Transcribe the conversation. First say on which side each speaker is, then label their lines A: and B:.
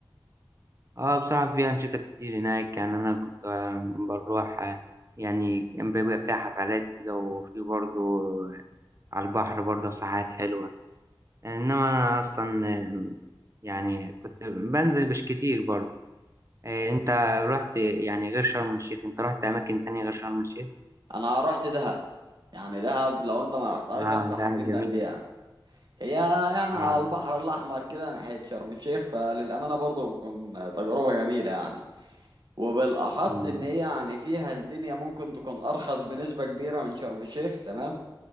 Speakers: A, on the right (about 35°); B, on the right (about 55°).
A: آه، بصراحه في انشطه كتير هناك يعني انا كنت آه، بروح آه، يعني كان بيبقى فيها حفلات كده وفي برضه على البحر برضه ساعات حلوه آه، انما انا اصلا آه، يعني كنت بنزل مش كتير برضه آه، انت رحت يعني غير شرم الشيخ انت رحت اماكن تانية غير شرم الشيخ
B: انا رحت دهب يعني دهب لو انت ما رحتهاش
A: اه
B: انصحك
A: ده
B: جدا
A: جميل
B: بيها هي يعني
A: اه
B: على البحر الأحمر كده ناحية شرم الشيخ فللأمانة برضه بتكون تجربة جميلة يعني وبالأخص
A: مم.
B: إن هي يعني فيها الدنيا ممكن تكون أرخص بنسبة كبيرة من شرم الشيخ تمام